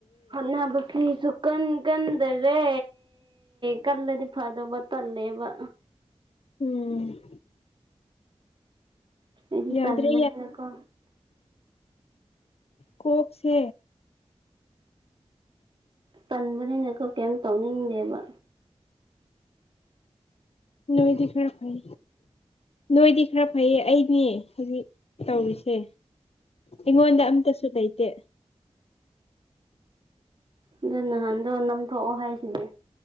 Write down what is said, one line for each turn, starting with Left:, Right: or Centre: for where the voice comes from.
Right: ꯍꯅꯥꯕꯁꯁꯨꯀꯟ ꯀꯗ꯭ꯔꯦ ꯀꯂꯦꯗꯤ ꯐꯥꯗꯕ ꯇꯜꯂꯦꯕ
Left: ꯎꯝ
Right: ꯏ
Left: ꯌꯥꯗ꯭ꯔꯦ
Right: ꯇꯟꯝꯕꯔꯀꯣ
Left: ꯀꯣꯞꯁꯦ
Right: ꯇꯟꯕꯅꯤꯅꯀꯣ ꯀꯩꯝ ꯇꯧꯅꯤꯡꯗꯦꯕ
Left: ꯅꯣꯏꯗ ꯈꯔ ꯐꯥꯏ ꯅꯣꯏꯗꯤ ꯈꯔ ꯐꯩꯌꯦ ꯑꯩꯅꯦ ꯍꯧꯖꯤꯛ ꯇꯧꯔꯤꯁꯦ ꯑꯩꯉꯣꯟꯗ ꯑꯝꯇꯁꯨ ꯂꯩꯇꯦ
Right: ꯑꯗꯣ ꯅꯍꯥꯟꯗꯣ ꯅꯝꯊꯣꯛꯑꯣ ꯍꯥꯏꯁꯤꯗꯤ